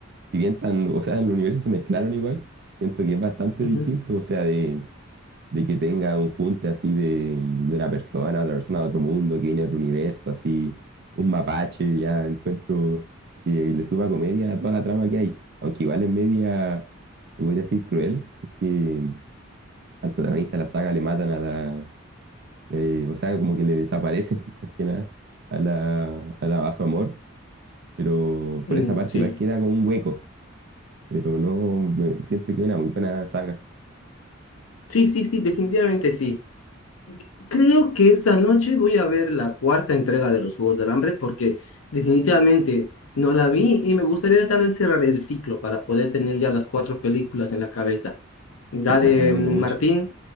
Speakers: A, on the right; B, on the left.
A: si bien tan, o sea, en el universo se mezclaron igual, siento que es bastante
B: Ujú.
A: distinto, o sea, de, de que tenga un junte así de, de una persona, otra persona de otro mundo, que viene de otro universo, así, un mapache, ya encuentro que le suma comedia a toda la trama que hay, aunque igual es media, te voy a decir cruel, porque al protagonista de la saga le matan a la, Eh, o sea, como que le desaparece, <laughs> más que nada, a la, a la- a su amor, pero por
B: Mm,
A: esa parte
B: sí.
A: igual queda como un hueco, pero no, me- siento que es una muy buena saga,
B: Sí, sí, sí, definitivamente sí. Creo que esta noche voy a ver la cuarta entrega de los Juegos del Hambre porque definitivamente no la vi y me gustaría tal vez cerrar el ciclo para poder tener ya las cuatro películas en la cabeza. Dale,
A: y te la recomiendo
B: mm,
A: mucho.
B: Martín.